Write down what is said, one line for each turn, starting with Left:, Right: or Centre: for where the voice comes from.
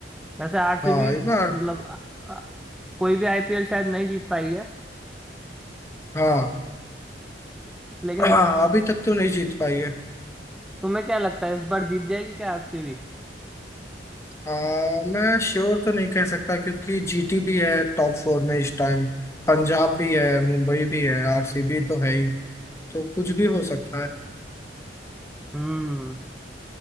Centre: वैसे आरसीबी
Left: हाँ इस बार
Centre: मतलब अ- अ- कोई भी आईपीएल शायद नहीं जीत पाई है
Left: हाँ <clears throat>
Centre: लेकिन
Left: हाँ, अभी तक तो नहीं जीत पाई है
Centre: तुम्हें क्या लगता है इस बार जीत जाएगी क्या आरसीबी
Left: आ, मैं श्योर तो नहीं कह सकता क्योंकि जीटी भी है टॉप फोर में इस टाइम पंजाब भी है मुंबई भी है आरसीबी तो है ही तो कुछ भी हो सकता है
Centre: हम्म